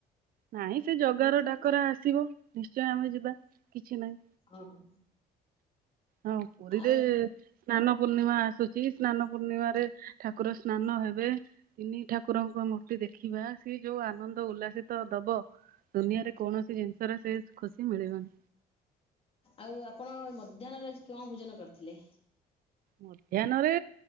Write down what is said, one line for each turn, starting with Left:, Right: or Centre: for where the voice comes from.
Right: ନାଇଁ ସେ ଜଗାର
Left: ନହେଲେ
Right: ଡାକରା ଆସିବ ନିଶ୍ଚୟ ଆମେ ଯିବା କିଛି ନାହିଁ।
Left: ହଁ।
Right: ହଁ ପୁରୀରେ
Left: ଆଉ
Right: ସ୍ନାନ ପୂର୍ଣ୍ଣିମା ଆସୁଛି ସ୍ନାନ ପୂର୍ଣ୍ଣିମାରେ ଠାକୁ ଠାକୁର ସ୍ନାନ ହେବେ ତିନି ଠାକୁରଙ୍କ ମୂର୍ତ୍ତି ଦେଖିବା ସି ଯୋଉ ଆନନ୍ଦ ଉଲ୍ଲାସିତ ଦବ ଦୁନିଆରେ କୌଣସି ଜିନିଷରେ ସେ ଖୁସି ମିଳିବନି।
Left: ଆଉ ଆପଣ ମଧ୍ୟାହ୍ନରେ ଆଜି କଣ ଭୋଜନ କରିଥିଲେ?
Right: ମଧ୍ୟାହନରେ